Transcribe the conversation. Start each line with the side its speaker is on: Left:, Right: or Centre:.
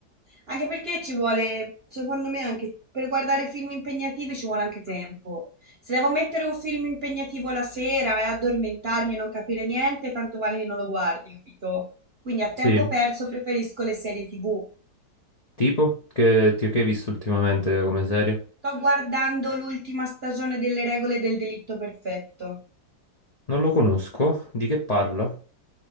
Right: Anche perché ci vuole, secondo me, anche per guardare film impegnativi ci vuole anche tempo. Se devo mettere un film impegnativo la sera e addormentarmi e non capire niente, tanto vale che non lo guardi, capito? Quindi a tempo
Left: Sì,
Right: perso preferisco le serie TV.
Left: tipo che, ti- che hai visto ultimamente come serie?
Right: Sto guardando l'ultima stagione delle regole del delitto perfetto.
Left: Non lo conosco, di che parla?